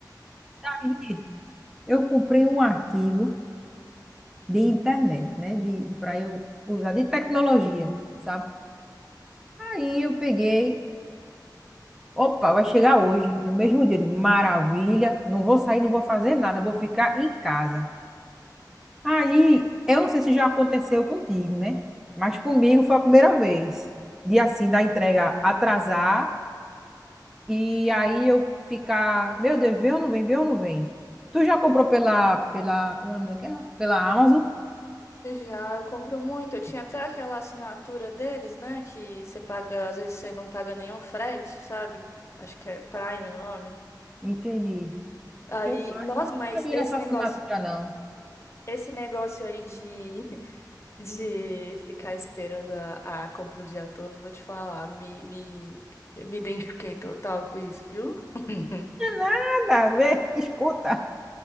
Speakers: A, in the centre; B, on the left.
A: Aí eu comprei um artigo de internet, né? De, para eu usar de tecnologia, sabe? Aí eu peguei Opa, vai chegar hoje, no mesmo dia. Eu digo, maravilha, não vou sair, não vou fazer nada, vou ficar em casa. Aí, eu não sei se já aconteceu contigo, né? Mas comigo foi a primeira vez. De assim, da entrega atrasar e aí eu ficar, meu Deus, vem ou não vem, vem ou não vem? Tu já comprou pela, pela, como é o nome daquela? Pela Amazon?
B: Já, eu compro muito. Eu tinha até aquela assinatura deles, né? Que você paga, às vezes você não paga nenhum frete, sabe? Acho que é Prime o nome.
A: Entendi.
B: Aí,
A: Eu
B: nossa,
A: nunca
B: mas
A: vi
B: esse
A: essa assinatura,
B: negócio,
A: não.
B: esse negócio aí de, <laughs> de ficar esperando a, a compra o dia todo, vou te falar, me, me, me identifiquei total com isso, viu? <laughs>
A: Não é nada, vê, <laughs> escuta.